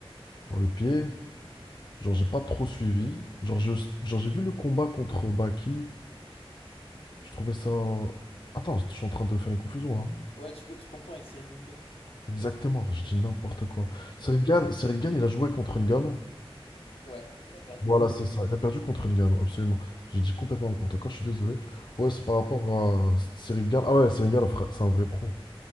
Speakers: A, on the left; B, on the left.
A: dans le pied, genre, j'ai pas trop suivi. Genre, je- genre, j'ai vu le combat contre Baki. Je trouvais ça. Attends, je suis en train de faire une confusion là.
B: Ouais, tu, tu confonds avec Cyril Doumbé.
A: Exactement, je dis n'importe quoi. Cyril Gane, Cyril Gane, il a joué contre Ngannou.
B: Ouais, il a perdu
A: Voilà,
B: contre
A: c'est
B: Ngannou.
A: ça.
B: ouais.
A: Il a perdu contre Ngannou, absolument. J'ai dit complètement n'importe quoi, je suis désolé. Ouais, c'est par rapport à Cyril Gane. Ah ouais, Cyril Gane, fra- c'est un vrai pro.